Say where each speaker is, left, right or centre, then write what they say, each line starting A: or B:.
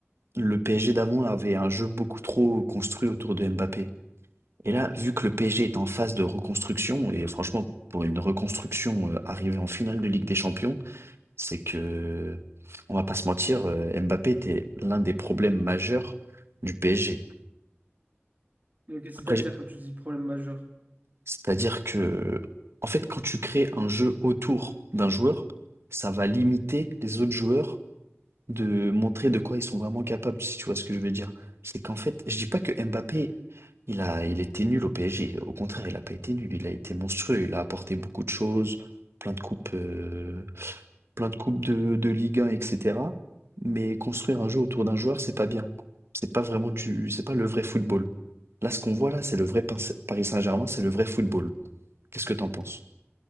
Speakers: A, on the right; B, on the right.
A: le PSG d'avant avait un jeu beaucoup trop construit autour de Mbappé. Et là, vu que le PSG est en phase de reconstruction, et franchement, pour une reconstruction euh, arrivée en finale de Ligue des Champions, c'est que, on va pas se mentir, euh, Mbappé était l'un des problèmes majeurs du PSG.
B: Donc, c'est-à-dire,
A: Après, j-
B: quand tu dis problème majeur.
A: c'est-à-dire que, en fait, quand tu crées un jeu autour d'un joueur, ça va limiter les autres joueurs De montrer de quoi ils sont vraiment capables, si tu vois ce que je veux dire. C'est qu'en fait, je dis pas que Mbappé, il a, il était nul au PSG. Au contraire, il a pas été nul, il a été monstrueux, il a apporté beaucoup de choses, plein de coupes, euh, plein de coupes de, de Ligue 1, etc. Mais construire un jeu autour d'un joueur, c'est pas bien. C'est pas vraiment du, c'est pas le vrai football. Là, ce qu'on voit là, c'est le vrai Pin- Paris Saint-Germain, c'est le vrai football. Qu'est-ce que t'en penses?